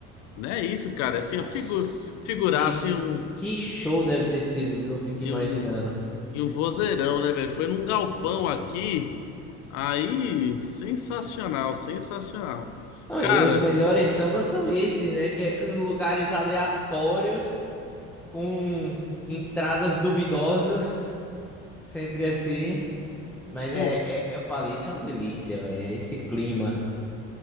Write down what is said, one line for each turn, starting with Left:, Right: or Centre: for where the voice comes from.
Left: Não é isso, cara. É Assim,
Centre: Nossa,
Left: ó, figu figurar
Centre: que,
Left: assim
Centre: que,
Left: um,
Centre: que show deve ter sido, viu? Eu fico
Left: em
Centre: imaginando.
Left: um, em um vozeirão, né, velho? Foi num galpão
Centre: Muito.
Left: aqui. Aí, sensacional, sensacional.
Centre: Não,
Left: Cara,
Centre: e os melhores sambas são esses, né? Que é em lugares aleatórios, com entradas duvidosas, sempre assim. Mas
Left: pô,
Centre: é, é- eu falei, isso é uma delícia, velho. Esse clima.